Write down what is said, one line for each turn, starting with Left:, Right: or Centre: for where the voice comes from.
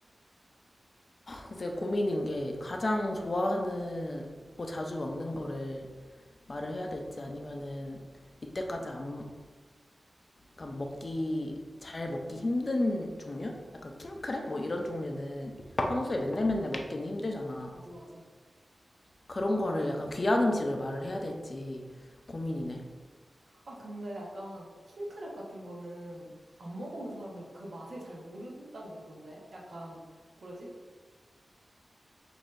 Left: 그래서 고민인 게 가장 좋아하는 거 자주 먹는 거를 말을 해야 될지 아니면은 이때까지 안, 그러니까 먹기 잘 먹기 힘든 종류? 약간 킹크랩 뭐 이런 종류는 평소에 맨날 맨날 먹기는 힘들잖아.
Right: 맞아, 맞아.
Left: 그런 거를 약간 귀한 음식을 말을 해야 될지 고민이네.
Right: 아, 근데 약간 킹크랩 같은 거는 안 먹어본 사람들 그 맛을 잘 모른다고 그러던데? 약간, 뭐라지?